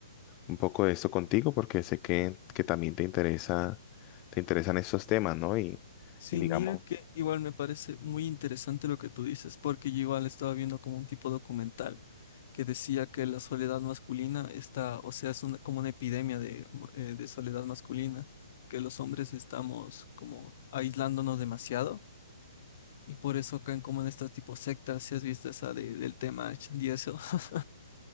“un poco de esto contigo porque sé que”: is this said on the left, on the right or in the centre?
Left